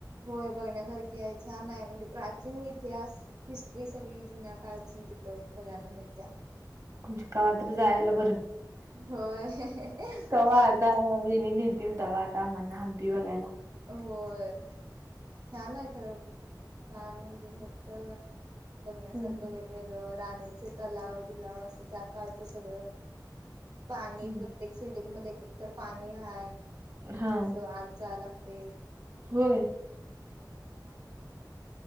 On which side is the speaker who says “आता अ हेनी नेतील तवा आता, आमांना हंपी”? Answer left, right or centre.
Right